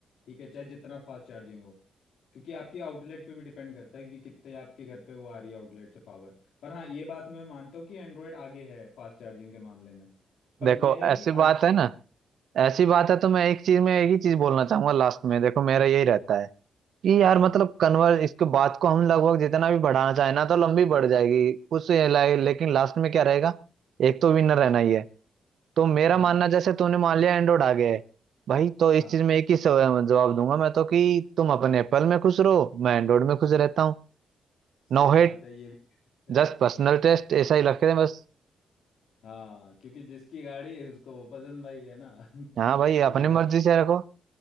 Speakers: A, on the left (about 80°); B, on the right (about 70°).
A: ठीक है चाहे जितना फास्ट चार्जिंग हो क्योंकि आपकी आउटलेट पे भी डिपेंड करता है कि कितने आपके घर पे वो आ रही है आउटलेट से पावर पर हाँ ये बात मैं मानता हूँ कि एंड्रॉयड आगे है फास्ट चार्जिंग के मामले में पर
B: देखो
A: यह है
B: ऐसी
A: कि
B: बात
A: आईफोन
B: है ना ऐसी बात है तो मैं एक चीज में एक ही चीज बोलना चाहूंगा लास्ट में देखो मेरा यही रहता है कि यार मतलब
A: हाँ
B: कन्वर्स इसके बात को हम लगभग जितना भी बढ़ाना चाहे ना तो लंबी बढ़ जाएगी कुछ ला- लेकिन लास्ट में क्या रहेगा एक तो विनर रहना ही है तो मेरा
A: हाँ
B: मानना जैसे तूने मान लिया एंड्रॉइड आ गया है भाई तो इस
A: हाँ
B: चीज में एक ही सव- जवाब दूंगा मैं तो कि तुम अपने एप्पल में खुश रहो मैं एंड्रॉइड में खुश रहता हूँ
A: सही
B: No hate
A: बात है ये भी <laughs> कह सकते हैं।
B: just personal taste ऐसा ही रख रहे हैं बस
A: हाँ क्योंकि जिसकी गाड़ी है उसको वो पसंद भाई है ना <laughs>
B: हाँ भाई
A: यही
B: अपनी
A: रहता
B: मर्जी से रखो